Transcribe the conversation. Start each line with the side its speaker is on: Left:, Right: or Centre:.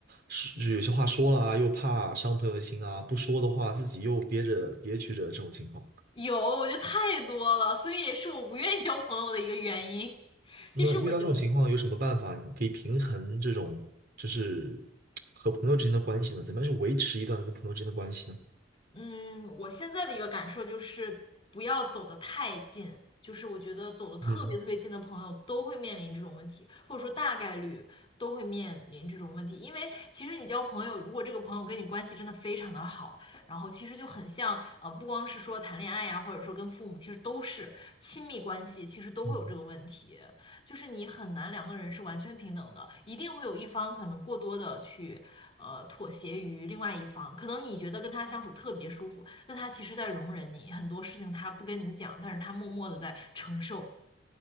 Right: 是就有些话说了啊，又怕伤朋友的心啊，不说的话自己又憋着憋屈着这种情况。
Left: 有，我觉得太多了，所以也是我不愿意交朋友的一个原因。<laughs>
Right: 那遇到这种情况有什么办法？
Left: 就是我觉得，
Right: 你可以平衡这种就是和朋友之间的关系呢？怎么样去维持一段跟朋友之间的关系呢？
Left: 嗯，我现在的一个感受就是不要走得太近，就是我觉得走得特别特别近的朋友都会面临这种问题，
Right: 嗯
Left: 或者说大概率都会面临这种问题。因为其实你交朋友，如果这个朋友跟你关系真的非常的好，然后其实就很像，呃，不光是说谈恋爱呀，或者说跟父母，其实都是亲密关系，其实都会有这个问题。
Right: 嗯，
Left: 就是你很难两个人是完全平等的，一定会有一方可能过多的去呃妥协于另外一方。可能你觉得跟他相处特别舒服，但他其实在容忍你很多事情，他不跟你讲，但是他默默的在承受。